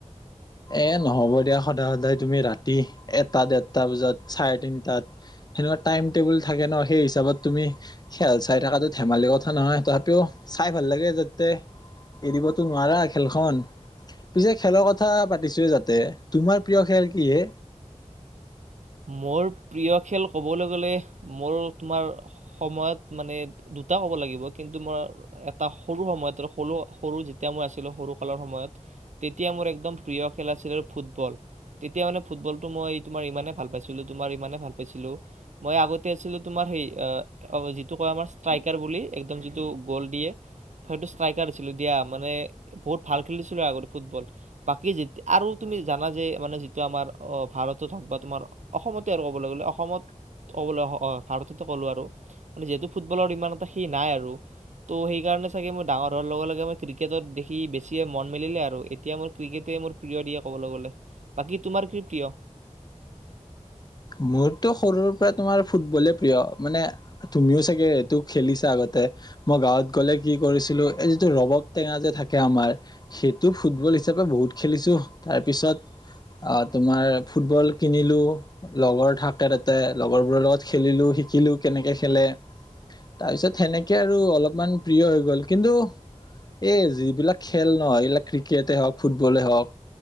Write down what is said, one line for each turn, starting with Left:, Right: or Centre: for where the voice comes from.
Left: এ নহ'ব দিয়া সদায় সদায় তুমি ৰাতি এটা দেৰটা বজাত, চাৰে তিনটাত- সেনেকুৱা টাইম - টেবুল থাকে ন সেই হিচাপত তুমি- খেল চাই থকাটো ধেমালি কথা নহয় তথাপিও চাই ভাল লাগে যাতে- এৰিবতো নোৱাৰা খেলখন পিছে খেলৰ কথা পাতি- -ছোয়ে যাতে তোমাৰ প্ৰিয় খেল কিহে?
Right: মোৰ প্ৰিয় খেল ক'বলৈ গ'লে মোৰ তোমাৰ- সময়ত মানে দুটা কব লাগিব কিন্তু মই, এটা সৰু সময়ত আৰু যেতিয়া মই আছিলো সৰু কালৰ সময়ত, তেতিয়া মোৰ একদম প্ৰিয় খেল আছিল ফুটবল, তেতিয়া মানে ফুটবলটো মই তোমাৰ ইমানেই ভাল পাইছিলো তোমাৰ ইমানে ভাল পাইছিলো মই আগতে আছিলো তোমাৰ সেই অ অ যিটো কয় আমাৰ ষ্ট্ৰাইকাৰ বুলি একদম যিটো গ'ল দিয়ে হয়টো ষ্ট্ৰাইকাৰ হৈছিলো দিয়া মানে বহুত ভাল খেলিছিলোঁ আগতে ফুটবল। বাকী যে আৰু তুমি জানা যে মানে যিটো আমাৰ অ ভাৰতত হওক বা তোমাৰ অসমতে আৰু ক'বলৈ গ'লে অসমত ক'বলৈ অ ভাৰততে ক'লোঁ আৰু, মানে যিহেতু ফুটবলৰ ইমান এটা সেই নাই আৰু। ত' সেইকাৰণে চাগে মোৰ ডাঙৰ হোৱাৰ লগে লগে মই ক্ৰিকেটত দেখি বেছিয়ে মন মেলিলে আৰু এতিয়া মোৰ ক্ৰিকেটে মোৰ প্ৰিয় দিয়া ক'বলৈ গ'লে, বাকী তোমাৰ কি প্ৰিয়?
Left: মোৰটো সৰুৰ পৰাই তোমাৰ ফুটবলে প্ৰিয় মানে তুমিও চাগে এইটো খেলিছা আগতে। মই গাঁৱত গ'লে কি কৰিছিলো এই যিটো ৰবাব টেঙা যে থাকে আমাৰ সেইটো ফুটবল হিচাপে বহুত খেলিছো তাৰপিছত আ তোমাৰ ফুটবল কিনিলোঁ লগৰ থাকে তাতে লগৰবোৰৰ লগত খেলিলো শিকিলো কেনেকে খেলে। তাৰ পিছত সেনেকে আৰু অলপমান প্ৰিয় হৈ গল কিন্তু এই যিবিলাক খেল এইবিলাক ক্ৰিকেটেই হওক ফুটবলেই হক